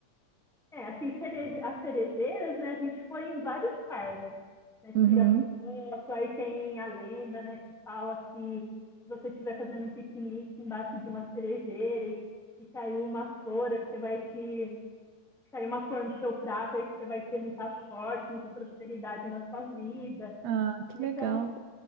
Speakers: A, in the centre; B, on the right.
A: É, assim, cereje... as cerejeiras, né, a gente foi em vários parques, né,
B: Uhum.
A: tira foto, aí tem a lenda, né, que fala que se você estiver fazendo um piquenique embaixo de uma cerejeira e, e cair uma flor, é porque vai te sair uma flor no seu prato aí que você vai ter muita sorte, muita prosperidade na sua vida.
B: Ah, que
A: né?
B: legal.
A: Então,